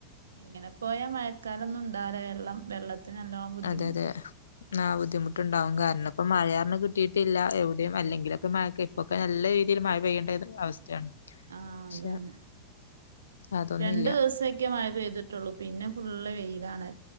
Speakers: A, on the right; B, on the left.
A: ഇങ്ങനെ പോയാ മഴക്കാലൊന്നും ഉണ്ടാതെ വെള്ളം വെള്ളത്തി ത്തിന് നല്ലോണം ബുദ്ധിമുട്ടും
B: അതെ അതെ ആ ബുദ്ധിമുട്ടുണ്ടാവും കാരണം ഇപ്പോ മഴഅങ്ങനെ കിട്ടിയിട്ടില്ല എവിടെയും
A: ഇല്ല
B: അല്ലെങ്കിലൊക്കെ
A: ഉം
B: മഴക്കെ ഇപ്പോക്കെ നല്ല ഇതിലും മഴ പെയ്യേണ്ട ഒരു അവസ്ഥയാണ്
A: ആ
B: പക്ഷെ
A: അതാണ്
B: അതൊന്നും
A: രണ്ടു
B: ഇല്ല
A: ദിവസക്കെ മഴ പെയ്തിട്ടുള്ളൂ പിന്നെ ഫുള്ള് വെയിലാണ്